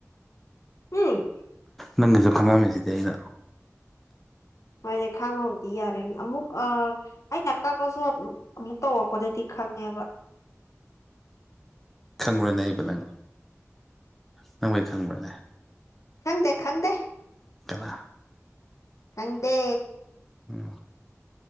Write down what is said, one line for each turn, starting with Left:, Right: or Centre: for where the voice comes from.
Left: ꯍꯨꯝ
Centre: ꯅꯪꯒꯤꯁꯨ ꯈꯪꯉꯝꯃꯤꯁꯤꯗꯤ ꯑꯩꯅ
Left: ꯍꯣꯏꯅꯦ ꯈꯡꯕꯨꯗꯤ ꯌꯥꯔꯦꯅꯦ ꯑꯃꯨꯛ ꯑ ꯑꯩꯅ ꯀꯛꯄꯁꯨ ꯑꯃꯨꯛ ꯇꯧꯔꯛꯄꯗꯗꯤ ꯈꯪꯉꯦꯕ
Centre: ꯈꯪꯕ꯭ꯔꯅꯦ ꯑꯩꯕ ꯅꯪ ꯅꯪꯕꯨ ꯑꯩ ꯈꯪꯕ꯭ꯔꯅꯦ
Left: ꯈꯪꯗꯦ ꯈꯪꯗꯦ
Centre: ꯀꯅꯥ
Left: ꯈꯪꯗꯦ
Centre: ꯎꯝ